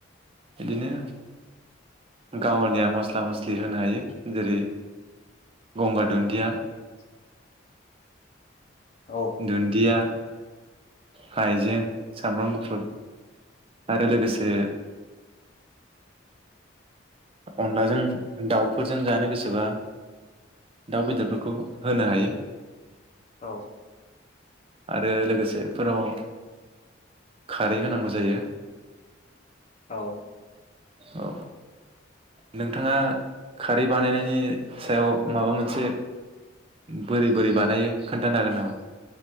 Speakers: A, on the right (about 30°); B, on the left (about 35°).
A: बिदिनो गावलिया मस्ला मस्लि होनो हायो जेरै गंगार दुन्दिया
B: <inaudible> औ
A: दुन्दिया हायजें सामब्राम गुफुर आरो लोगोसे अनलाजों दाउफोरजों जानो गोसोबा दाउ बेदरफोरखौ होनो हायो।
B: औ
A: आरो लोगोसे बेफोराव खारै होनांगौ जायो
B: औ
A: औ नोंथाङा खारै बानायनायनि सायाव माबा मोनसे बोरै-बोरै बानायो खोन्थानो हागोन नामा